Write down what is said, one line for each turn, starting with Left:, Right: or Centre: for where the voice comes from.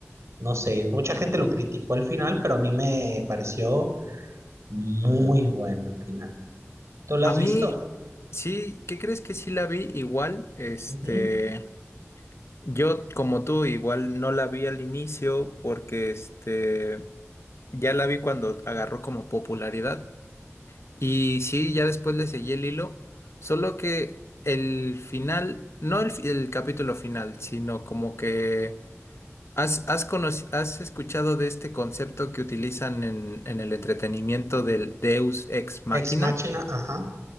Right: No sé, mucha gente lo criticó el final, pero a mí me pareció muy bueno el final. ¿Tú lo
Left: A
Right: has
Left: mí,
Right: visto?
Left: sí, ¿qué crees que sí la vi? Igual, este,
Right: Ujú.
Left: yo como tú, igual no la vi al inicio porque este... Ya la vi cuando agarró como popularidad. Y sí, ya después le seguí el hilo. Solo que el final, no el, fi- el capítulo final, sino como que has, has, conoci- has escuchado de este concepto que utilizan en, en el entretenimiento del Deus Ex Machina.
Right: Ex Machina, ajá.